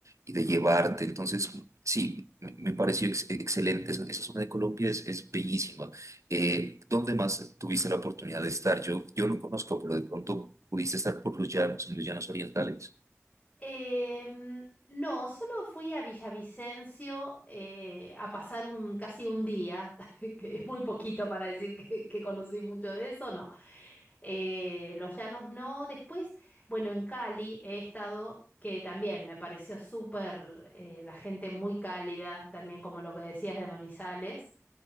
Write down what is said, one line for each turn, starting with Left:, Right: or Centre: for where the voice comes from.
Right: y de llevarte. Entonces, sí, me, me pareció ex- excelente. Esa, esa zona de Colombia es, es bellísima. Eh, ¿dónde más tuviste la oportunidad de estar? Yo, yo lo conozco, pero de pronto pudiste estar por los llanos, en los llanos orientales.
Left: Em, no, solo fui a Villavicencio eh, a pasar un casi un día, <laughs> que es muy poquito para decir que, que conocí mucho de eso, no. Eh, los llanos no. Después, bueno, en Cali he estado, que también me pareció súper, eh, la gente muy cálida, también como lo que decías de Manizales